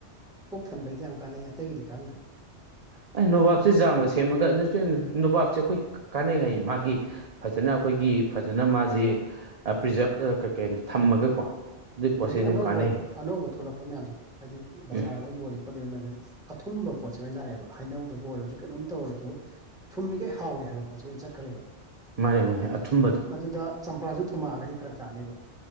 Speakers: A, in the centre; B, on the right.
A: ꯄꯨꯛ ꯊꯟꯕꯩꯗꯤ ꯌꯥꯝ ꯀꯥꯟꯅꯩ ꯑꯇꯩꯒꯤꯗꯤ ꯈꯪꯗ꯭ꯔꯦ
B: ꯑ ꯅꯣꯕꯥꯞꯁꯦ ꯖꯥꯝꯒ ꯁꯦꯝꯃꯒ ꯅ ꯅꯣꯕꯥꯞꯁꯦ ꯑꯩꯈꯣꯏ ꯀꯥꯟꯅꯩ ꯍꯥꯏꯌꯦ ꯃꯥꯒꯤ ꯐꯖꯅ ꯑꯩꯈꯣꯏꯒꯤ ꯐꯖꯅ ꯃꯥꯁꯦ ꯄ꯭ꯔꯤꯖꯥꯕ ꯀꯩꯅꯣ ꯊꯝꯃꯒꯀꯣ ꯑꯗꯨꯏ ꯄꯣꯠꯁꯦ
A: ꯑꯗꯒꯤ
B: ꯑꯗꯨꯝ
A: ꯑꯅꯧꯕ
B: ꯀꯥꯟꯅꯩ
A: ꯑꯅꯧꯕ ꯊꯣꯛꯂꯛꯄ ꯃꯌꯥꯝꯁꯦ ꯍꯥꯏꯗꯤ ꯕꯖꯥꯔꯗ
B: ꯎꯝ
A: ꯌꯣꯜꯂꯤꯕ ꯈꯣꯠꯂꯤꯕ ꯃꯌꯥꯝꯁꯦ ꯑꯊꯨꯝꯕ ꯄꯣꯠꯁꯦ ꯑꯣꯏꯅ ꯂꯥꯛꯑꯦꯕ ꯍꯥꯏꯩꯅꯧꯗꯕꯨ ꯑꯣꯏꯔꯁꯨ ꯀꯩꯅꯣꯝ ꯇꯧꯔꯁꯨ ꯊꯨꯝꯃꯤꯈꯩ ꯍꯥꯎꯋꯦ ꯍꯥꯏꯕ ꯄꯣꯠꯁꯨ ꯑꯣꯏꯅ ꯆꯠꯈ꯭ꯔꯦꯕ
B: ꯃꯥꯅꯦ ꯃꯥꯅꯦ ꯑꯊꯨꯝꯕꯗꯣ
A: ꯑꯗꯨꯗ ꯆꯝꯄ꯭ꯔꯥꯁꯨ ꯊꯨꯝꯃꯛꯑꯒꯗꯤ ꯐꯔꯛ ꯇꯥꯅꯦꯕ